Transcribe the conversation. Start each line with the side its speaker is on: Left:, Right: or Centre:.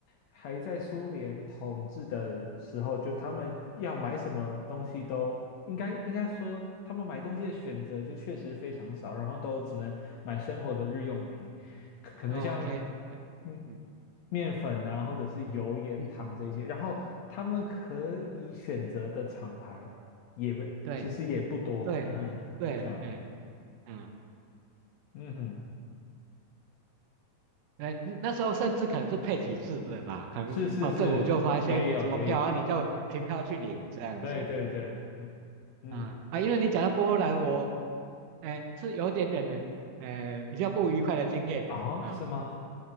Left: 还在苏联统治的时候，就他们要买什么东西都应该应该说，他们买东西的选择就确实非常少，然后都只能买生活的日用品，可可能像
Right: ，OK，对，
Left: 嗯
Right: 嗯
Left: 面粉啊，或者是油盐糖这些，
Right: 嗯，
Left: 然后他们可以选择的厂牌。也不，
Right: 对
Left: 其实也不多，
Right: 对对，
Left: <laughs> 这样，
Right: 哎。嗯，
Left: 嗯哼，
Right: 哎，那时候甚至可能是配给次的吧，可能哦，
Left: 是是是，
Right: 政府就发一些什么票啊，
Left: 也有也有，
Right: 你就凭票去领这样子。
Left: 对对对，嗯哼
Right: 啊啊，因为你讲到波兰，我哎是有一点点的，呃，比较不愉快的经验的啊。
Left: 啊，是吗？